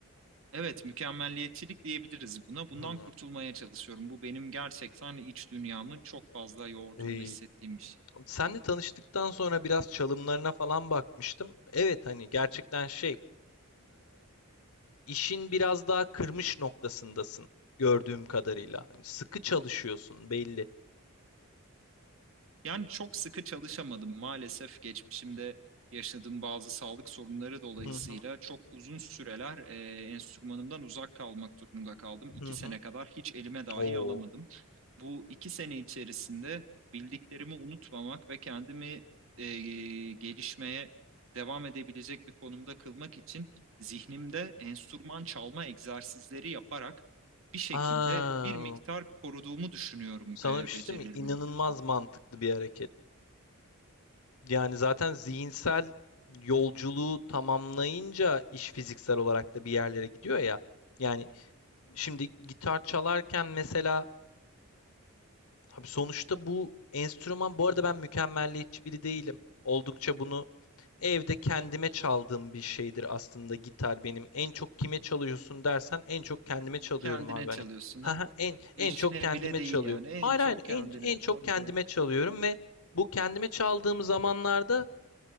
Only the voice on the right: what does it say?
Evet, mükemmelliyetçilik diyebiliriz buna. Bundan
kurtulmaya çalışıyorum. Bu benim gerçekten iç dünyamı çok fazla yorduğunu
hissettiğim bir şey.
Yani çok sıkı çalışamadım maalesef geçmişimde yaşadığım bazı sağlık sorunları dolayısıyla
çok uzun süreler e, enstrümanımdan uzak kalmak durumunda kaldım. İki
sene kadar hiç elime dahi
alamadım. Bu iki sene içerisinde bildiklerimi unutmamak ve kendimi e, gelişmeye devam edebilecek bir konumda kılmak için zihnimde enstrüman çalma egzersizleri yaparak bir şekilde
bir miktar koruduğumu düşünüyorum
e,
becerilerimin
bir kısmını.
Kendine
çalıyorsun
ha.
Eşine
bile değil
yani. En
çok
kendine.
Anlıyorum.